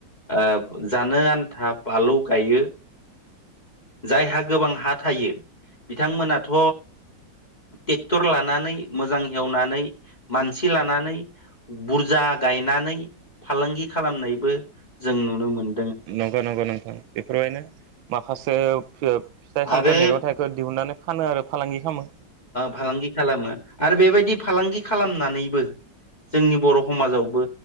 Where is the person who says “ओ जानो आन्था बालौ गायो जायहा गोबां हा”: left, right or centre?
Left